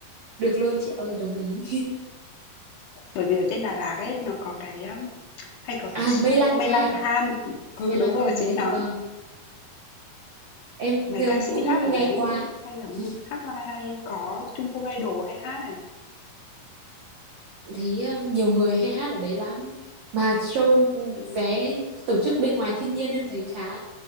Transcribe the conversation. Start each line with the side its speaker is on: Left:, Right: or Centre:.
Right: được luôn chị ơi đồng ý
Left: Bởi vì ở trên Đà Lạt ấy nó có cái um, hay
Right: <laughs>
Left: có cái
Right: à
Left: show
Right: mây lang
Left: Mây
Right: thang
Left: Lan Than. Ừ
Right: mây
Left: đúng
Right: lang
Left: rồi
Right: thang
Left: chính
Right: đấy
Left: nó.
Right: vâng em
Left: Mấy ca sĩ
Right: cũng
Left: hát ở
Right: nghe
Left: đấy
Right: qua
Left: cũng hay lắm
Right: <laughs>
Left: luôn, hát live hay, có Trung Quốc Idol hay hát này.
Right: thấy ờ, nhiều người hay hát ở đấy lắm mà show vé tổ chức bên ngoài thiên nhiên em thấy khá